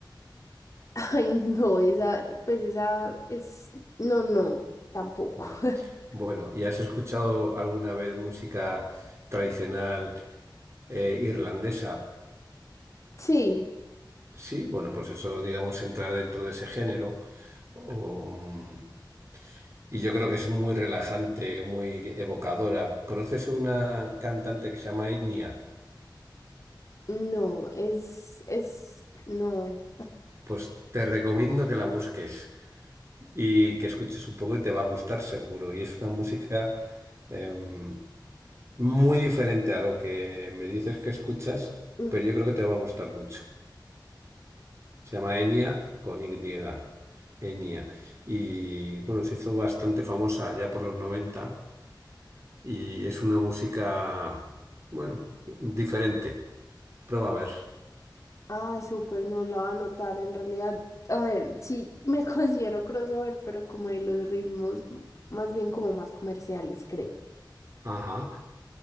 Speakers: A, on the left; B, on the right.
A: <laughs> Ay, no, esa, pues esa es, no, no, tampoco.
B: No.
A: <laughs>
B: Bueno, ¿y has escuchado alguna vez música tradicional eh, irlandesa?
A: Sí.
B: Sí, bueno, pues eso, digamos, entra dentro de ese género. Um, y yo creo que es muy relajante, muy evocadora. ¿Conoces una cantante que se llama Enya?
A: No, es, es, no.
B: Pues te recomiendo que la busques. y que escuches un poco y te va a gustar seguro. Y es una música em, muy diferente a lo que me dices que escuchas,
A: Mm,
B: pero yo creo que te va a gustar mucho. Se llama Enya con Y. Enya. Y bueno, se hizo bastante famosa ya por los 90 y es una música, bueno, diferente. Prueba a ver.
A: Ay, súper, no la va a notar en realidad. A ver, sí, me <laughs> considero crossover, pero como de los ritmos, m- más bien como más comerciales, creo.
B: Ajá.